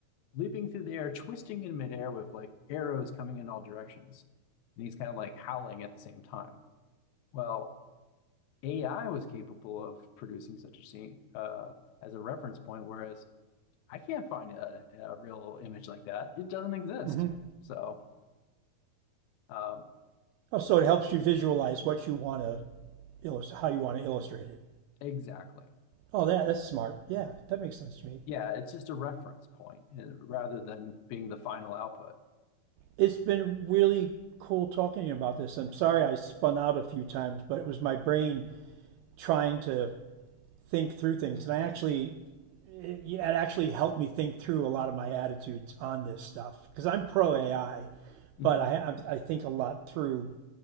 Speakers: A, on the left (about 80°); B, on the right (about 85°).
A: leaping through the air, twisting in midair with like arrows coming in all directions. And he's kind of like howling at the same time. Well, AI was capable of producing such a scene uh, as a reference point, whereas I can't find a, a real image like that. It doesn't exist.
B: hmm
A: So, um,
B: Oh, so it helps you visualize what you want to illustrate, how you want to illustrate it.
A: exactly.
B: Oh, yeah, that's smart. Yeah, that makes sense to me.
A: Yeah, it's just a reference point and rather than being the final output.
B: It's been really cool talking about this. I'm sorry I spun out a few times, but it was my brain trying to think through things and I actually it actually helped me think through a lot of my attitudes on this stuff because I'm pro AI,
A: Mhm.
B: but I i think a lot through